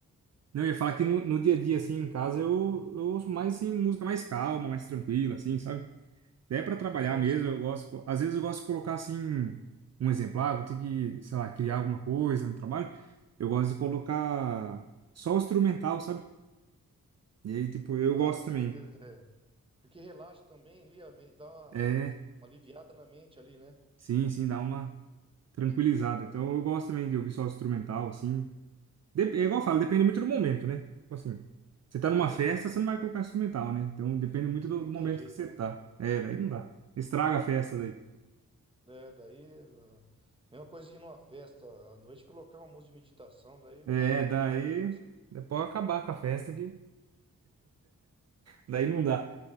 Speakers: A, on the right (about 50°); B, on the right (about 15°).
A: Não, eu ia falar
B: Sim,
A: que no, no dia
B: a gente.
A: a dia, assim, em casa, eu, eu ouço mais, assim, música mais calma, mais tranquila, assim, sabe? Até para trabalhar
B: Sim,
A: mesmo,
B: sim.
A: eu gosto... Às vezes eu gosto de colocar, assim, um exemplo. Ah, vou ter que, sei lá, criar alguma coisa no trabalho. Eu gosto de colocar só o instrumental, sabe? E aí, tipo, eu
B: Ah,
A: gosto
B: sim.
A: também.
B: É, é. Porque relaxa também ali, a me- dá uma,
A: É,
B: uma aliviada na mente ali, né?
A: sim, sim, dá uma tranquilizada. Então, eu gosto também de ouvir só o instrumental, assim. Dep- É igual eu falo, depende muito do momento, né? Tipo assim, você tá numa
B: Sim,
A: festa, você não vai colocar instrumental, né? Então depende muito do
B: não
A: do
B: tem
A: momento
B: jeito,
A: que você
B: né?
A: tá. É, daí não dá. Estraga a festa daí.
B: É, daí, eh, mesma coisa de ir numa festa à noite, colocar uma música de meditação, daí
A: É,
B: o cara vai
A: daí.
B: dormir na festa. né?
A: Depois acabar com a festa que. Daí não dá.